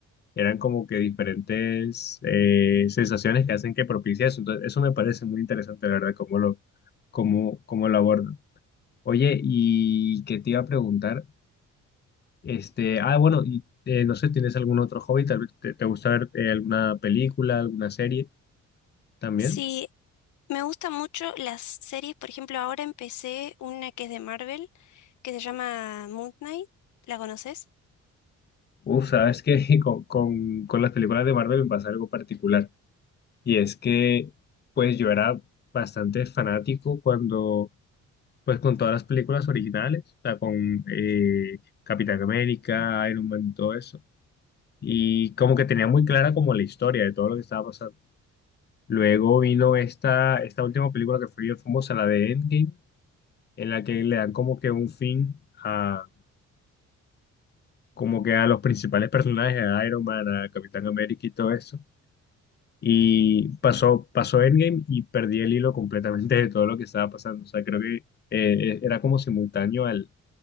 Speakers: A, on the left; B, on the left.
A: eran como que diferentes eh, sensaciones que hacen que propicie eso. Entonces, eso me parece muy interesante, la verdad, cómo lo, cómo, cómo lo abordan. Oye, y qué te iba a preguntar, este, ah, bueno, y eh, no sé, ¿tienes algún otro hobby? Tal vez te, te gusta ver eh, alguna película, alguna serie también.
B: Sí, me gustan mucho las series. Por ejemplo, ahora empecé una que es de Marvel, que se llama Moon Knight. ¿La conoces?
A: Uf, sabes que <laughs> con, con, con las películas de Marvel me pasa algo particular. Y es que, pues yo era bastante fanático cuando pues con todas las películas originales, o sea, con eh, Capitán América, Iron Man y todo eso. Y como que tenía muy clara como la historia de todo lo que estaba pasando. Luego vino esta, esta última película que fue bien famosa, la de Endgame, en la que le dan como que un fin a, como que a los principales personajes, a Iron Man, a Capitán América y todo eso. Y pasó, pasó Endgame y perdí el hilo completamente de todo lo que estaba pasando. O sea, creo que eh, era como simultáneo al,